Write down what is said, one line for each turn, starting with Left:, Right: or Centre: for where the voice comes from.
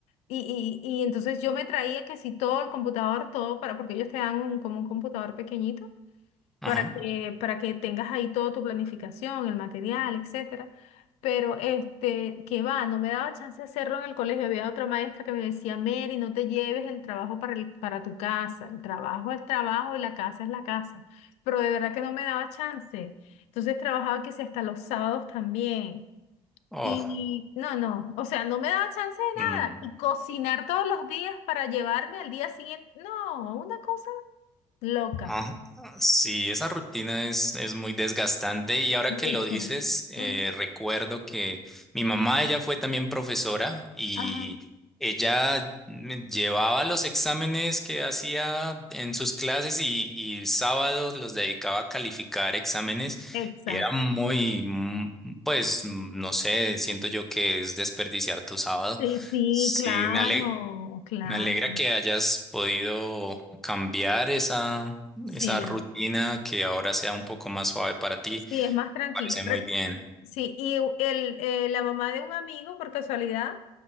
Left: Y, y, y entonces yo me traía que si todo el computador, todo para, porque ellos te dan un, como un computador pequeñito
Centre: ajá.
Left: para que, para que tengas ahí toda tu planificación, el material, etcétera. Pero este, que va, no me daba chance de hacerlo en el colegio. Había otra maestra que me decía, Mary, no te lleves el trabajo para el, para tu casa. El trabajo es el trabajo y la casa es la casa. Pero de verdad que no me daba chance. Entonces trabajaba que si hasta los sábados también.
Centre: Oh,
Left: Y no, no, o sea, no me daba chance de
Centre: mm,
Left: nada. Y cocinar todos los días para llevarme al día siguiente, no, una cosa loca.
Centre: ah, sí, esa rutina es, es muy desgastante y ahora
Left: Mucho.
Centre: que lo dices, eh,
Left: Ujú.
Centre: recuerdo que mi mamá, ella fue también profesora y
Left: Ajá,
Centre: ella me llevaba los exámenes que hacía en sus clases y, y sábados los dedicaba a calificar exámenes
Left: exacto.
Centre: y era muy, mm, pues, no sé, siento yo que es desperdiciar tu sábado.
Left: Sí, sí,
Centre: Sí,
Left: claro,
Centre: me alegro.
Left: claro.
Centre: Me alegra que hayas podido cambiar esa,
Left: Sí,
Centre: esa rutina que ahora sea un poco más suave para ti.
Left: sí, es más tranquilo.
Centre: Parece
Left: Re-
Centre: muy bien.
Left: Sí, y u- el, eh, la mamá de un amigo, por casualidad,